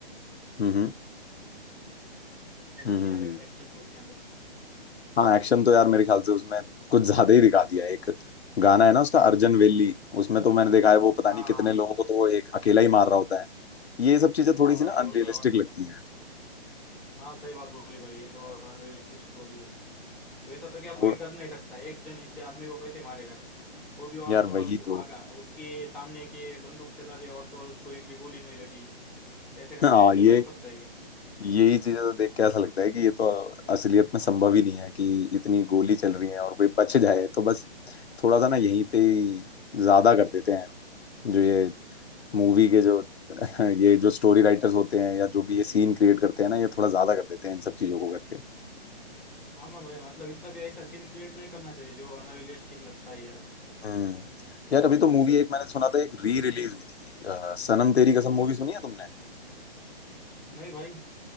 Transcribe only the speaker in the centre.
एक्शन
यार एक्शन के उसके अंदर
हाँ
हाँ
हाँ
हाँ
भाई
वो तो
हाँ सही बात बोली भाई ये तो अनरियलिस्टिक स्टोरी है वैसा तो क्या
कोई कर नहीं सकता एक जन इतने आदमी को कैसे मारेगा वो भी और
तो
और
आगा उसके सामने के बंदूक चला रहे और तो और उसको एक भी गोली नहीं लगी ऐसे का
ऐसा
हो सकता है क्या
हाँ ना भाई मतलब इतना भी ऐसा सीन क्रिएट नहीं करना चाहिए जो अनरियलिस्टिक लगता है यार
नहीं भाई